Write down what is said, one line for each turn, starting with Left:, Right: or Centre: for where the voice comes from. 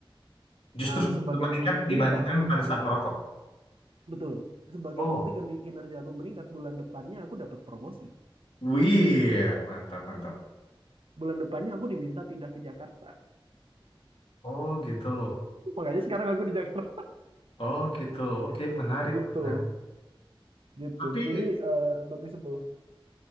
Left: Justru
Right: eh, sebagai
Left: meningkat
Right: bukti
Left: dibandingkan
Right: bahwa
Left: pada saat merokok.
Right: Betul. Sebagai
Left: Oh,
Right: bukti kin- kinerja aku meningkat, bulan depannya aku dapat promosi.
Left: wih, mantap, mantap.
Right: Bulan depannya aku diminta pindah ke Jakarta.
Left: Oh, gitu.
Right: <laughs> Makanya sekarang aku di Jakarta.
Left: Oh, gitu. Oke,
Right: <laughs>
Left: menarik,
Right: Gitu.
Left: menarik.
Right: Gitu.
Left: Tapi
Right: Jadi eh, noticeable.